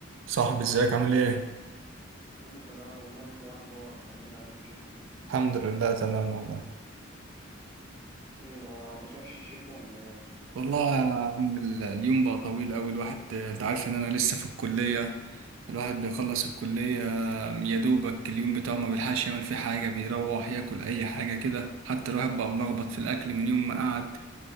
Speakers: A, on the right; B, on the right.
A: صاحبي ازيك عامل ايه؟
B: كله تمام والله انت ايه اخبارك طمنا عليك كده
A: الحمد لله تمام والله
B: ايه ما بتروحش الجيم ولا ايه
A: والله يا عم ال- اليوم بقى طويل قوي الواحد انت عارف ان انا لسه في الكلية الواحد بيخلص الكلية يا دوبك اليوم بتاعه ما بيلحقش يعمل فيه حاجة بيروح ياكل اي حاجة كده حتى الواحد بقى ملخبط في الاكل من يوم ما قعد